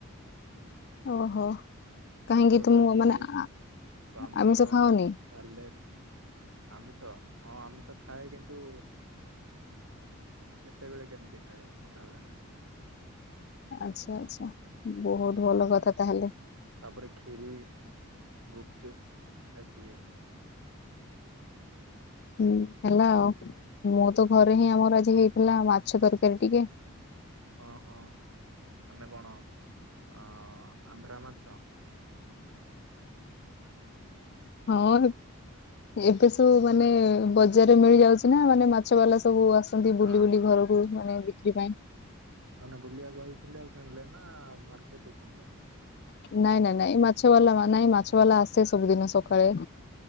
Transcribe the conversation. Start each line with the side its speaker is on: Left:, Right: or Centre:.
Left: ଓହୋ
Right: ଭାତ,
Left: କାହିଁକି ତୁମ
Right: ଡାଲି,
Left: ମାନେ ଆ-
Right: ପାମ୍ପଡ଼
Left: ଆମିଷ ଖାଅନି?
Right: ସାଲେଟ ଆମିଷ ହଁ ଆମିଷ ଖାଏ କିନ୍ତୁ କେତେବେଳେ କେମିତି ଖାଏ ସଧାବେଳେ ନୁହେଁ।
Left: ଆଚ୍ଛା ଆଚ୍ଛା ବହୁତ
Right: ହୁଁ
Left: ଭଲ କଥା ତାହେଲେ।
Right: ତାପରେ ଖୀରି, ଗୁପଚୁପ ଏତିକି।
Left: ହୁଁ ହେଲୋ ମୁଁ ତ ଘରେ ହିଁ ଆମର ଆଜି ହେଇଥିଲା ମାଛ ତରକାରୀ ଟିକେ।
Right: ଓ ହୋ ମାନେ କଣ ଅ ଆନ୍ଧ୍ରା ମାଛ।
Left: ହଁବେ। ଏବେ ସବୁ ମାନେ ବଜାରରେ ମିଳି ଯାଉଛି ନା ମାନେ ମାଛ ବାଲା ସବୁ ଆସୁ ଏମିତି
Right: ହଁ
Left: ବୁଲି ବୁଲି
Right: ହଁ
Left: ଘରକୁ ମାନେ ବିକ୍ରି ପାଇଁ।
Right: ମାନେ ବୁଲିବାକୁ ଆଇଥିଲେ ଆଉ କିଣିଲେ ନା ମାର୍କେଟରୁ କିଣିକି ଆଣି
Left: ନାଇଁ ନାଇଁ ନାଇଁ ମାଛ ବାଲା ନାଇଁ ମାଛ ବାଲା ଆସେ ସବୁଦିନ ସକାଳେ।